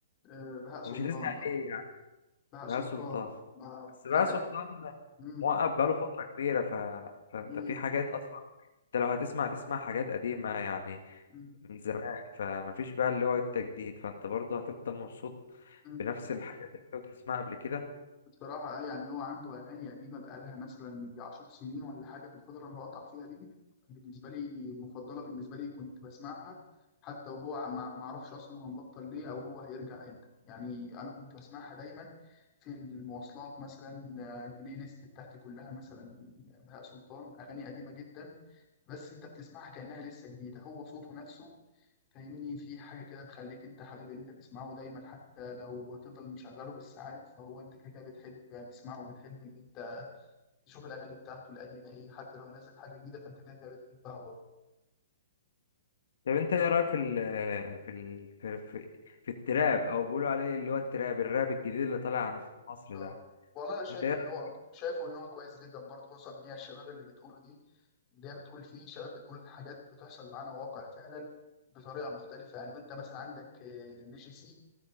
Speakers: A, on the left; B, on the left.
A: آه، بهاء سلطان
B: ومش هتزهق
A: طبعا
B: ليه يعني
A: بهاء
B: بقى
A: سلطان
B: سلطان
A: ما
B: بس بقى
A: الأغاني
B: سلطان
A: مم.
B: موقف بقاله فتره كبيره ف... فانت
A: مم.
B: في حاجات اصلا انت لو هتسمع تسمع حاجات قديمه يعني
A: مم.
B: من زمان فمفيش بقى اللي هو التجديد فانت برضه هتفضل مبسوط
A: مم.
B: بنفس الحاجات اللي انت بتسمعها قبل كده
A: بصراحة أي يعني هو عنده أغاني قديمة بقالها مثلا يجي 10 سنين ولا حاجة في الفترة اللي هو قطع فيها دي بالنسبة لي المفضلة بالنسبة لي كنت بسمعها حتى وهو ما ما أعرفش أصلا هو مبطل ليه أو هو هيرجع إمتى يعني أنا كنت بسمعها دايما في المواصلات مثلا آه، البلاي ليست بتاعتي كلها مثلا آه، بهاء سلطان أغاني قديمة جدا بس انت بتسمعها كأنها لسه جديدة هو صوته نفسه فاهمني في حاجة كده تخليك انت حابب ان انت تسمعه دايما حتى لو هتفضل مشغله بالساعات فهو انت كده كده بتحب تسمعه بتحب ان انت تشوف الأغاني بتاعته القديمة ايه حتى لو نزل حاجة جديدة فانت كده كده بتحبها برضه
B: طب انت ايه رايك في ال في ال في, في, في التراب او بيقولوا عليه اللي هو التراب الراب الجديد اللي طالع عند مصر
A: اه
B: ده
A: والله انا شايف
B: انت ايه رايك
A: ان هو شايفه ان هو كويس جدا برضه خصوصا ان هي الشباب اللي بتقوله دي اللي هي بتقول فيه شباب بتقول حاجات بتحصل معانا واقع فعلا بطريقة مختلفة يعني انت مثلا عندك نيجي سي